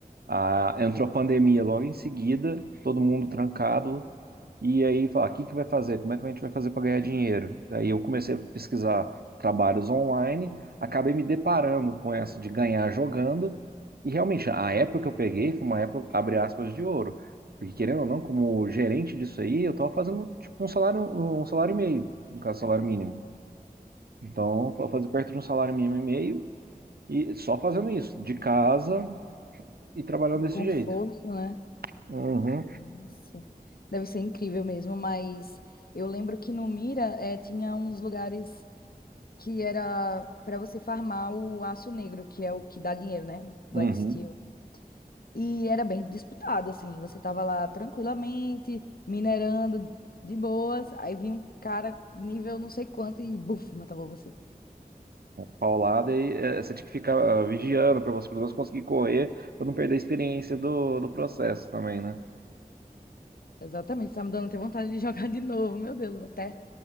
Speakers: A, on the right (about 80°); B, on the left (about 70°).
A: a- entrou a pandemia logo em seguida, todo mundo trancado, e aí falar, o que que vai fazer? Como é que a gente vai fazer para ganhar dinheiro? Aí eu comecei a pesquisar trabalhos online, acabei me deparando com essa de ganhar jogando, e realmente a época que eu peguei foi uma época, abre aspas, de ouro, porque querendo ou não, como gerente disso aí, eu estava fazendo tipo um salário, um salário e meio, no caso, salário mínimo. Então, eu fazer perto de um salário mínimo e meio e só fazendo isso, de casa e trabalhando
B: do
A: desse
B: conforto,
A: jeito.
B: né?
A: Uhum,
B: Nossa, deve ser incrível mesmo, mas eu lembro que no Mira, eh, tinha uns lugares que era para você farmar o aço negro, que é o que dá dinheiro, né? Black
A: uhum.
B: Steel. E era bem disputado, assim. Você tava lá tranquilamente, minerando de boas, aí vinha um cara nível não sei quanto e buf, matava você.
A: Paulada, e eh, você tinha que ficar ah, vigiando para você pelo menos conseguir correr, para não perder a experiência do, do processo também, né?
B: Exatamente, tá me dando até vontade de <laughs> jogar de novo. Meu Deus, vou até,